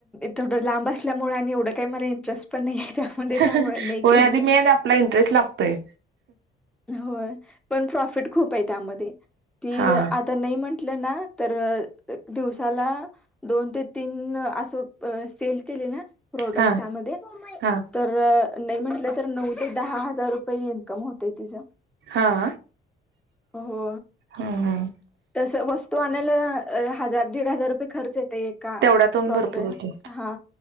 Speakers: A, in the centre; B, on the right.
A: तेवढं लांब असल्यामुळे आणि एवढं काही मला इंटरेस्ट पण नाही त्यामध्ये
B: हो
A: त्यामुळे नाही केलं
B: आधी
A: ते
B: मेन आपला इंटरेस्ट लागतोय
A: हो पण प्रॉफिट खूप आहे त्यामध्ये ती
B: हा
A: आता नाही म्हणल ना तर दिवसाला दोन ते तीन असं सेल केले ना प्रोडक्ट
B: हा
A: त्यामध्ये
B: हा
A: तर नाही म्हटलं तर नऊ ते दहा हजार रुपये इन्कम होतय तिज
B: हा
A: हो,
B: हम्म हम्म
A: तस वस्तू आणायला हजार दीड हजार रुपये खर्च येत एका
B: तेवढ्यातून
A: प्रॉपे
B: भरपूर होते
A: हा